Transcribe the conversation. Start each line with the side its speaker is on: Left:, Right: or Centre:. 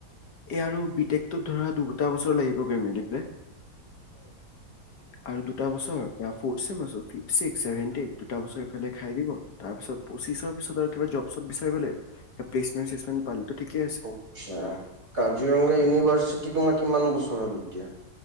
Left: এ আৰু প্ৰেকতটোত ধৰা দু দুটা বছৰ লাগিব গৈ মেলি পেলাই। আৰু দুটা বছৰ ফৰত্ চেম তাৰ ফিফথ চিক্ত চেভেন এইত দোতা বছৰ ইফালে খাই দিব তাৰ পিচত পঁচিছৰ পিছত আৰু কিবা জব চব বিচাৰিব ল প্লেচমেন্ট চেছমেন্ট পালে তো ঠিকে ছে।
Right: আচ্ছা কাজিৰঙা ইউনিভাৰ্চিটি তোমাৰ কিমান বছৰ হল এতিয়া?